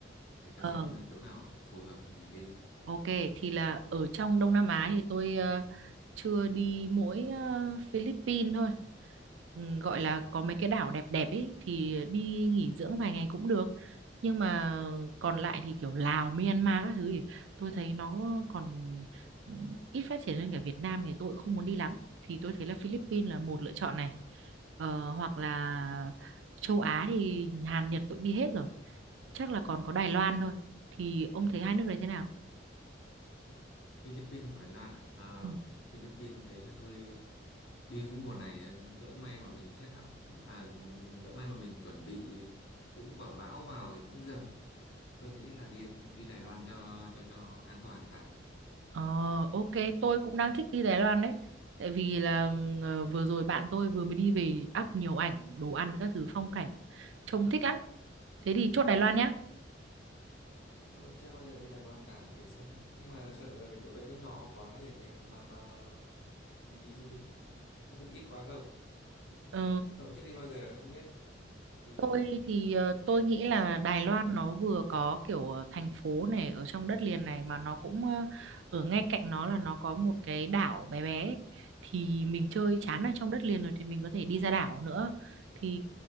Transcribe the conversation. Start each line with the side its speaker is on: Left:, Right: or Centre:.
Left: để ta
Right: ờ,
Left: xem chỗ nào phù hợp mình đi
Right: ok, thì là ở trong Đông Nam Á thì tôi ờ, chưa đi mỗi ờ, Philippines thôi. ừ, gọi là có mấy cái đảo đẹp đẹp ấy thì ờ, đi nghỉ dưỡng vài ngày cũng được nhưng mà còn lại thì kiểu Lào Myanmar các thứ thì tôi thấy nó còn ừ, ít phát triển hơn cả Việt Nam thì tôi cũng không muốn đi lắm thì tôi thấy là Philippines là một lựa chọn này ờ, hoặc là châu Á thì Hàn Nhật tôi cũng đi hết rồi chắc là còn có Đài Loan thôi thì ông thấy hai nước đấy thế nào
Left: Philippines hoặc Thái Lan à? à
Right: Ừ.
Left: Philippines tôi thấy là hơi đi cái mùa này lỡ may mà mình set up à lỡ may mà mình chuẩn bị đúng quả bão vào thì cũng dở tôi nghĩ là đi đi Đài Loan cho cho cho an toàn bạn
Right: Ờ, ok, tôi cũng đang thích đi Đài Loan đấy. Tại vì là ờ, vừa rồi bạn tôi vừa mới đi về up nhiều ảnh, đồ ăn, các thứ phong cảnh. Trông thích lắm. Thế thì chốt Đài Loan nhá.
Left: tôi chưa bao giờ đi Đài Loan cả thử xem nhưng mà sợ chỗ đấy có nhỏ quá để mình mà mà mình đi du lịch có bị ít quá không
Right: Ờ,
Left: tôi cũng chưa đi bao giờ không biết thì
Right: tôi thì ờ, tôi nghĩ là Đài Loan nó vừa có kiểu ờ, thành phố này ở trong đất liền này mà nó cũng ờ, ở ngay cạnh nó là nó có một cái đảo bé bé. ấy. Thì mình chơi chán ở trong đất liền rồi thì mình có thể đi ra đảo nữa. Thì